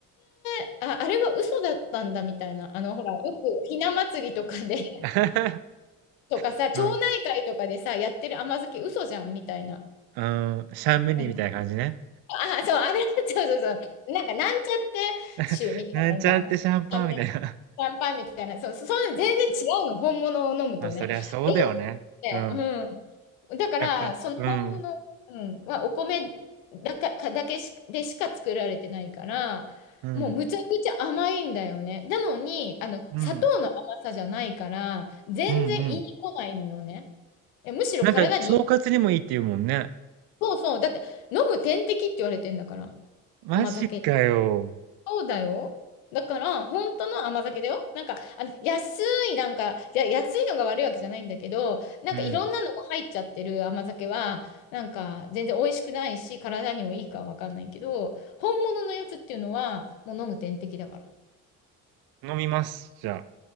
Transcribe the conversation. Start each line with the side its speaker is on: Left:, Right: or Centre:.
Left: って、あ、あれは嘘だったんだみたいな。あの、ほら、よくひな祭りとかで <laughs>
Right: <laughs>
Left: とかさ、町内会とかでさ、
Right: うん。
Left: やってる甘酒嘘じゃんみたいな。
Right: うん、シャンメリーみたいな感じね。
Left: うん、あ、そう、あれ、<laughs> そうそうそう。なんか、なんちゃって酒みたいなのじゃん。
Right: <laughs> なんちゃってシャンパンみたいな。
Left: シャンメシャンパンみたいな。そう、そういうの全然違うの。本物を飲むとね。
Right: <laughs> まあ、そりゃそうだよね。
Left: えって、
Right: うん。
Left: うん。だから、
Right: やっぱうん、
Left: その本物、うん、はお米だか、かだけし、でしか作られてないから、
Right: うん、
Left: もうむちゃくちゃ甘いんだよね。なのに、あの、
Right: うん、
Left: 砂糖の甘さじゃないから、全然胃に来ないのよね。
Right: うんうん。
Left: いやむしろ体に、
Right: なんか腸活にもいいって言うもんね。
Left: そうそう、だって飲む点滴って言われてんだから、
Right: マジかよ。
Left: 甘酒。そうだよ。だから、本当の甘酒だよ。なんか、あの、安い、なんか、いや、安いのが悪いわけじゃないんだけど、なんかいろんなのが入っちゃってる甘酒は、
Right: うん、
Left: なんか全然美味しくないし、体にもいいかはわかんないけど、本物のやつっていうのは、もう飲む点滴だから。
Right: 飲みます、じゃあ。